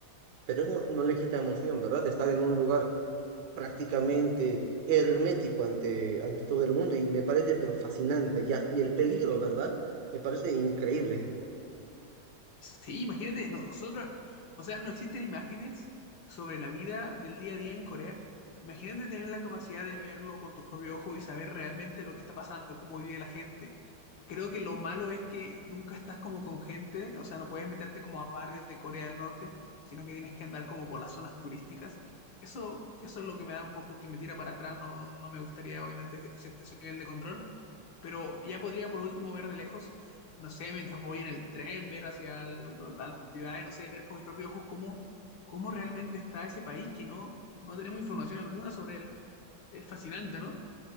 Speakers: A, on the right; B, on the left.
A: pero no, no le quita emoción, ¿verdad? De estar en un lugar prácticamente hermético ante, ante todo el mundo y me parece pero fascinante y, a- y el peligro, ¿verdad? Me parece increíble.
B: Sí, imagínate, no, nosotros, o sea, no existen imágenes sobre la vida del día a día en Corea. Imagínate tener la capacidad de verlo con tus propios ojos y saber realmente lo que está pasando, cómo vive la gente. Creo que lo malo es que nunca estás como con gente, o sea, no puedes meterte como a barrios de Corea del Norte, sino que tienes que andar como por las zonas turísticas. Eso, eso es lo que me da un poco, que me tira para atrás, no, no me gustaría obviamente ese ese nivel de control pero ya podría por último ver de lejos no sé, mientras voy en el tren, ver hacia el- lo- a las ciudades, no sé, ver con mis propios ojos cómo, cómo realmente está ese país que no, no tenemos información alguna sobre él. Es fascinante, ¿no?